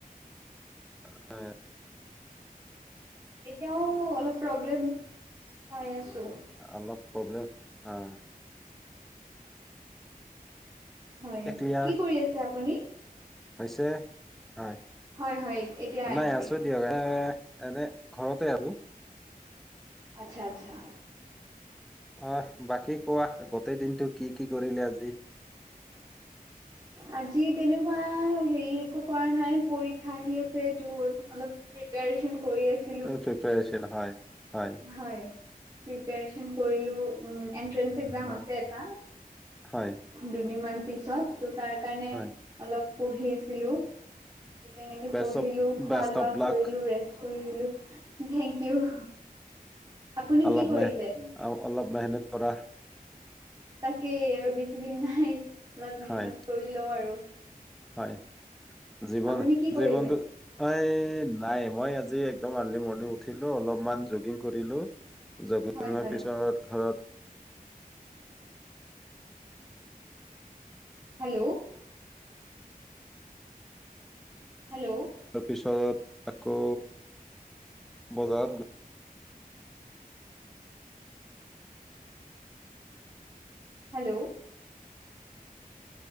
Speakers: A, in the centre; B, on the right.
A: <unintelligible>
B: এতিয়াও অলপ প্ৰব্লেম পাই আছো।
A: অলপ প্ৰব্লেম অ
B: হয়
A: এতিয়া ক্লিয়াৰ
B: কি কৰি আছে আপুনি?
A: হৈছে হয়।
B: হয় হয় এতিয়া আহিছে।
A: নাই আছো দিয়ক এই এনে ঘৰতে আৰু।
B: আচ্ছা আচ্ছা।
A: অ বাকী কোৱা গোটেই দিনটো কি কি কৰিলা আজি।
B: আজি তেনেকুৱা হেৰি একো কৰা নাই পৰীক্ষা আহি আছে তোৰ অলপ প্ৰিপিয়েচন কৰি আছো।
A: প্ৰিপীয়েচন হয় হয়।
B: হয় প্ৰেপিয়েচন কৰিলোঁ উম এণ্ট্ৰেন্স একজাম
A: হয়
B: আছে এটা
A: হয়
B: দুদিন মান পিছত ত' তাৰ কাৰণে
A: হয়
B: অলপ পঢ়ি আছিলো ত' তেনেকে
A: বেষ্ট
B: পঢ়িলো
A: অফ
B: খোৱা
A: বেষ্ট
B: লোৱা
A: অফ লাক
B: কৰিলো ৰেষ্ট কৰিলো থেংক ইউ আপুনি
A: অলপ
B: কি কৰিলে
A: মেহ অলপ মেহনেত কৰা
B: তাকেই আৰু বেছি দিন নাই অলপ মেহনত
A: হয়
B: কৰি লওঁ আৰু।
A: হয় জীৱন
B: আপুনি কি কৰিলে
A: জীৱনটো এই নাই মই আজি একদম আৰ্লি মৰ্ণিং উঠিলোঁ অলপমান জগিং কৰিলো। জগিংৰ
B: হয় হয়
A: পিছত ঘৰত
B: হেল্ল' হেল্ল'
A: তাৰপিছত আকৌ বজাৰত গ
B: হেল্ল'